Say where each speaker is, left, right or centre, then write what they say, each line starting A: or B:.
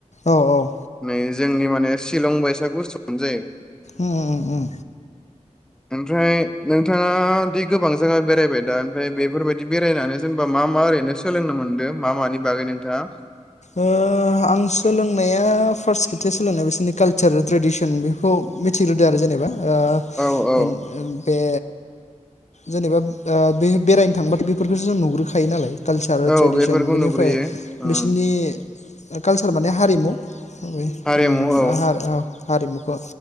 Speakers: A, on the left (about 65°); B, in the centre.
A: औ औ
B: नै जोंनि माने शिलं बाइसा गुसुआवनो जायो
A: उ उम
B: ओमफ्राय नोंथाङा दि गोबां जायगा बेरायबाय दा ओमफ्राय बेफोरबायदि बेरायनानै जेनेबा मा मा ओरैनो सोलोंनो मोनदों मा मानि बागै नोंथाङा
A: ओ सोलोंनाया फार्स्ट खोथि सोलोंनाय बिसोरनि कालसार ट्रेडिसन बेखौ मिथिग्रोदो आरो जेनेबा ओ
B: औ औ
A: बे जेनेबा बे बेरायनो थांबाथाय बेफोरखौसो जों नुग्रोखायो नालाय कालसार
B: औ
A: ट्रेडिसन
B: बेफोरखौ
A: बेनिफ्राय
B: नुग्रोयो उम
A: बिस बिनि कालसार माने हारिमु अम
B: हारिमु औ
A: औ हारिमुखौ